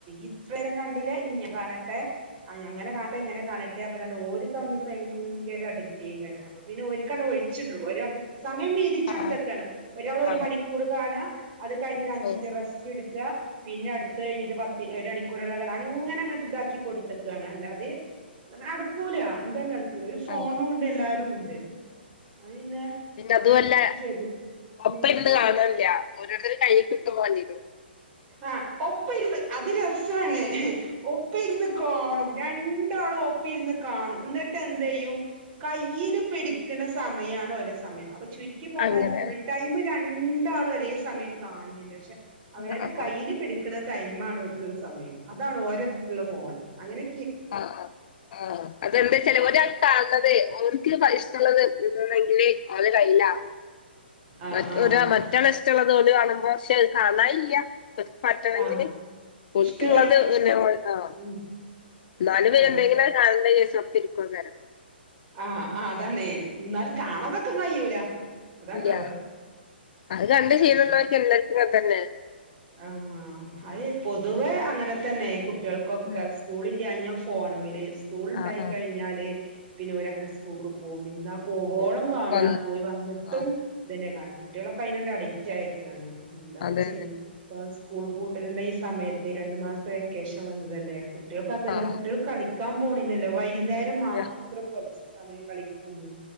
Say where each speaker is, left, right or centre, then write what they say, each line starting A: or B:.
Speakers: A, on the right; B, on the left.
A: ഇത്ര നേരം കണ്ടില്ല നി ഞാൻ കാണട്ടെ അങ്ങനെ കാട്ട ഇങ്ങനെ കാണട്ടറാണ്ട് ഒരു തമ്മിൽ ഭയങ്കര അടിപിടി അ പിന്നെ ഒരു ഒഴിച്ചിട്ട ഒരാകും സമയം വീതിച്ചു
B: ആഹ്
A: കൊടുത്തക്കാണ് ഒരാൾ ഒരു
B: ആഹ്
A: മണിക്കൂർ കാണുക അത് കഴിഞ്ഞ ഒരു അഞ്ചിനിറ്റ്
B: ഓഹ്
A: റെസ്റ്റ് എടു ക്കാ പിന്നെ അടുത്ത് കഴിഞ്ഞ ഇത് പത്തി ഒരു മണിക്കൂർള്ള കാ അങ്ങനെ അങ്ങോട്ട് ഇതാക്കി കൊടുത്തക്കുകയാണ് അല്ലാതെ അ നടക്കൂല എന്തായാലും നടുക്കൂല ഒരു ഫോണും
B: ആഹ്
A: ഉണ്ട് എല്ലാരും ഉണ്ട് അത് പിന്നെ
B: പിന്നെ അതുമല്ല
A: ശരി
B: ഒപ്പ
A: ഉം
B: എ കാണാനില്ല ഓരോരുത്തും കൈയിൽ കിട്ടു വണ്ടിയേറും
A: ആഹ് ഒപ്പ ഇരു അത് രസാണ് ഒപ്പ ഇരുന്ന് കാണും രണ്ടാളും പ്പരാന്ന് കാണും എന്നിട്ട് എന്ത ചെയ്യും കയ്ൽ പിടിക്കുന്ന സമയാണ് ഓലെ സമയം അപ്പൊ ചുരുക്കി പറഞ്ഞാല്
B: അങ്ങനെ
A: ഫുൾ ടൈം രണ്ടാളും ഒരേ സമയം കാണുന്നുണ്ട് പക്ഷെ അവനന്റെ
B: ആഹ് ആഹ്
A: കയ്യിന് പിടിക്കുന്ന ടൈമാണ് ഒരിക്കലുള്ള സമയം അതാണ് ഓരോുള്ള ഫോണ് അങ്ങനെ
B: ആഹ് ആ് ആഹ അതെന്താ ചില ഒട്ടാണത് ഓർക്ക് ഷ്ടുള്ളത് എന്നന്നെങ്കില് അവത് കയ്യില ആകോ
A: ആഹ്
B: മറ്റ
A: ആഹ്
B: ഒ
A: ആഹ്
B: മറ്റള ഇഷ്ടമുള്ളത് പോല കാണുമ്പോ പക്ഷെത് കാണല്ല ഒതുക്ക പറ്റണമെങ്കില്
A: ആഹ്
B: കൊതുക്കള്ളത്
A: ഇഷ്ടല്ല
B: പിന്നെ ആ
A: ഉം
B: നല്
A: അതാണ്
B: പേരുണ്ടെങ്കിലിൽ കാസപ്പ ഇരിക്ക തരം
A: ആഹ് ആ അതാണെ എന്നാൽ കാണാതൊക്കെ കഴ്യൂല അതാണ്ടാവ
B: ഇല്ല അത് കണ്ട് ശീലള്ളോർക്ക്
A: ശ
B: എല്ലാർക്കും ഇങ്ങനെ തന്നെ
A: ആഹ് അത പൊതുവെ അങ്ങനെ തന്നെ കു കുട്ടികൾക്കൊക്കെ
B: ഉം
A: സ്കൂളല്ലഞ്ഞ ഫോ മല് സ്കൂൾ ഉണ്ടായി
B: ആ ആ
A: കഴിഞ്ഞാല് പിന്നെ ഓരങ്ങനെ സ്കൂക്ക് പോം പിന്നാ പോവോളം
B: ഓ,
A: കാണ്ആ
B: വന്ന്
A: പോയി വന്നിട്ടും
B: ആ
A: ഇതന്നെയാ കാണാ കുട്ടികളൊക്കെ അതിനോണ്ട് അഡിക്റ്റ് ആയേക്കാണ് എന്താ
B: അതെ
A: പ ചെയ്ന്നെ പ സ്കൂൾ പൂട്ടലിന്റെ ഈ സമയത്ത് രണ്ടു മാസ്തെ വെക്കേഷൻ വന്നതല്ലേ കുട്ടികൾക്കതല്ല
B: അതെ ആ
A: കുട്ടികൾ കളിക്കാൻ പോണില്ലല്ലോ വൈകുന്നേരം മാത്രം
B: ഇല്ല
A: കൊറ ച്ച്സമയം കളിക്കാൻ പോം